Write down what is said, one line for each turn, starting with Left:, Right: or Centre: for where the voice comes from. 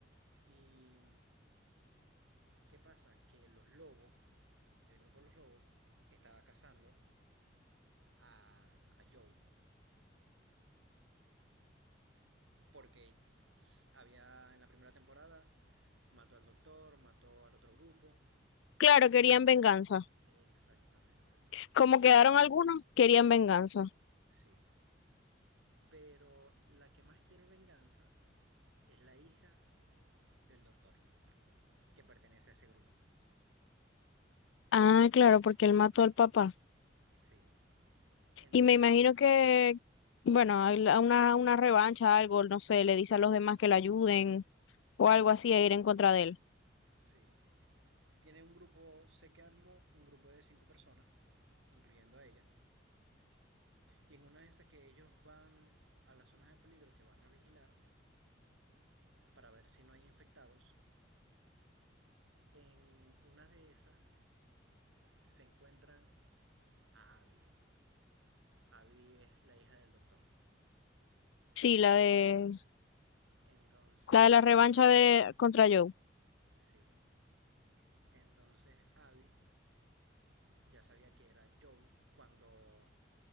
Right: Y ¿Qué pasa? Que los lobos, el grupo de Los Lobos, estaba cazando a, a Joe. Porque había en la primera temporada, mató al doctor, mató al otro grupo.
Left: Claro, querían venganza.
Right: Exactamente,
Left: Como quedaron algunos, querían venganza.
Right: sí. Pero la que más quiere venganza es la hija del doctor, que pertenece a ese grupo.
Left: Ah, claro, porque él mató al papá.
Right: Sí. Entonces,
Left: Y me imagino que, bueno, hay la- una, una revancha, algo, no sé, le dice a los demás que le ayuden o algo así a ir en contra de él.
Right: sí. Tiene un grupo, sé que armó un grupo de cinco personas, incluyendo a ella Y en una de esas que ellos van a las zonas de peligro que van a vigilar para ver si no hay infectados, en una de esas se encuentran a Abby. Abby es la hija del doctor.
Left: Sí, la de
Right: Entonces,
Left: la de la revancha de contra Joe.
Right: sí. Entonces Abby ya sabía que era Joel cuando